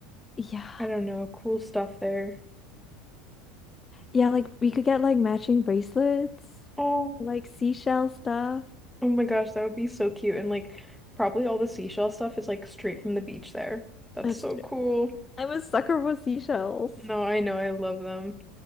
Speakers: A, on the left; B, in the centre.
A: Yeah.
B: I don't know, cool stuff there.
A: Yeah, like we could get like matching bracelets,
B: Oh,
A: like seashell stuff.
B: oh my gosh, that would be so cute. And like probably all the seashell stuff is like straight from the beach there. That's
A: That's
B: so
A: true.
B: cool.
A: I'm a sucker for seashells.
B: No, I know, I love them.